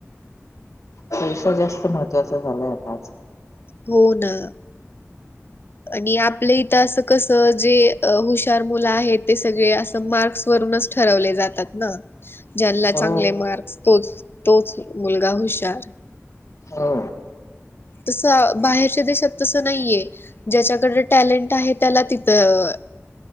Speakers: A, on the left; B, on the left.
A: पैसा जास्त महत्त्वाचा झालाय आता आज
B: हो ना. आणि आपलं इथं असं कसं जे हुशार मुलं आहेत ते सगळे असं मार्क्सवरूनच ठरवले जातात ना. ज्यांला
A: हो
B: चांगले मार्क्स तोच तोच मुलगा हुशार.
A: हो.
B: तसं बाहेरच्या देशात तसं नाहीय. ज्याच्याकड टॅलेंट आहे त्याला तिथं.